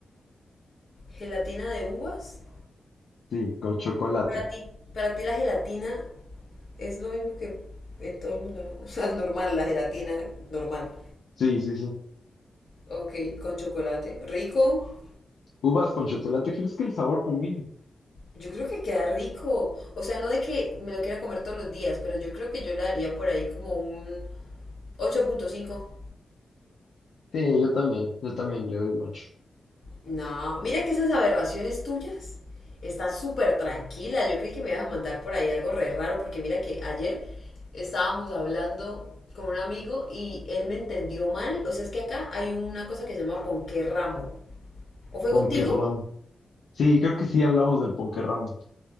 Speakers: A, on the left; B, on the left.
A: ¿Gelatina de uvas?
B: Sí, con chocolate.
A: Para ti, para ti la gelatina es lo mismo que en todo el mundo, ¿no? <laughs> O sea, normal, la gelatina normal.
B: Sí, sí, sí.
A: Ok, con chocolate. Rico.
B: Uvas con chocolate, ¿crees que el sabor combine?
A: Yo creo que queda rico. O sea, no de que me lo quiera comer todos los días, pero yo creo que yo le daría por ahí como un ocho punto cinco.
B: Sí, yo también, yo también le doy un 8.
A: No, mira que esas aberraciones tuyas están súper tranquilas. Yo creí que me ibas a mandar por ahí algo re raro, porque mira que ayer estábamos hablando con un amigo y él me entendió mal. O sea, es que acá hay una cosa que se llama ponqué ramo. ¿O fue
B: Ponquerramo.
A: contigo?
B: Sí, creo que sí hablamos del ponquerramo.